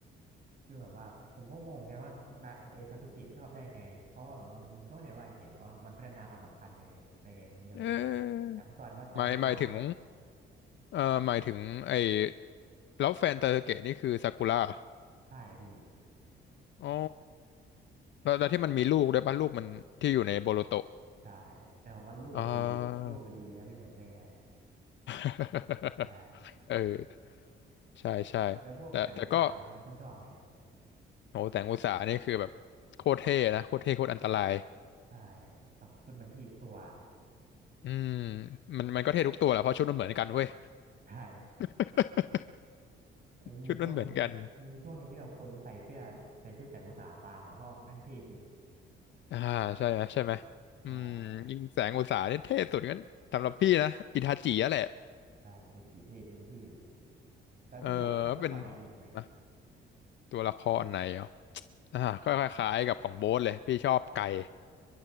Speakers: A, on the right; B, on the left.
A: คือแบบว่าผมก็งงเหมือนกันว่านาไอซาสึเกะชอบได้ไงเพราะว่าแบบว่ามันก็ไม่ได้ว่าเห็นว่ามันพัฒนาความสัมพันธ์เลยในในนี้เลย
B: เออ
A: แต่ตอนว่าตอนท้าย
B: หมายหมายถึงเอ่อหมายถึงไอ้แล้วแฟนตาเกะนี่คือซากุระเหรอ
A: ๆใช่พี่
B: อ๋อแล้วแล้วที่มันมีลูกด้วยป่ะลูกมันที่อยู่ในโบโลโต
A: ใช่แต่ผมว่าลูกอะดีลูกอะดีนะไม่เหมือนแม่
B: อ่า <laughs>
A: ใช่
B: เออใช่ใช่แต่แต่ก็
A: แล้วพวกแสงอุตสาหะอะไรเงี้ยพี่ชอบไหม
B: โหแต่งอุตสาหนี่คือแบบโคตรเท่นะโคตรเท่โคตรอันตราย
A: ใช่แบบชุดมันทีบตัว
B: อืมมันมันก็เท่ทุกตัวแหละเพราะชุดมันเหมือนกันเว้ย
A: ใช่
B: <laughs>
A: มันมีช่วงหนึ่งมันมีช่วงหนึ่งที่แบบคนใส่เสื้อใส่ชุดแสงอุตสาหะตามอ่ะเพราะแม่งเท่จริง
B: ชุดมันเหมือนกันอ่าใช่ไหมใช่ไหม
A: ใช่
B: อืมยิงแสงอุตสาหนี่เท่สุดงั้นสำหรับพี่นะอิทาจิอะแหละ
A: ใช่เมจิเท่จริงพี่แล้วพี่แบบชอบละครไหนอีกไหม
B: เออเป็นอ่ะตัวละครไหนเหรออ่าก็คล้ายๆกับของโบ๊ทเลยพี่ชอบไก่